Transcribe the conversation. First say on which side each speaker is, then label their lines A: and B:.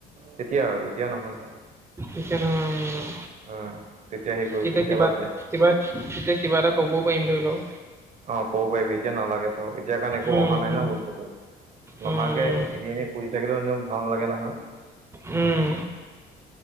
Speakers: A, on the right (about 45°); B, on the right (about 15°).
A: তেতিয়া আৰু এতিয়া, নহয়।
B: এতিয়া নহয়। উম, উম।
A: উম, তেতিয়া হেৰি কৰিবি
B: তেতিয়া
A: এতিয়া
B: কিবা,
A: বাদ দে।
B: কিবা, তেতিয়া কিবা এটা ক'বও পাৰিম, ধৰি লওঁক।
A: অ'! ক'ব পাৰিবি। এতিয়া নালাগে থ'। এতিয়া, কাৰণ একো
B: উম,
A: অহা নাই
B: উম,
A: ন' বস্তুটো।
B: উম,
A: নহাকে,
B: উম,
A: এনেই-এনেই কৰি থাকিলেও, এনেও ভাল নালাগে নহয়।
B: উম।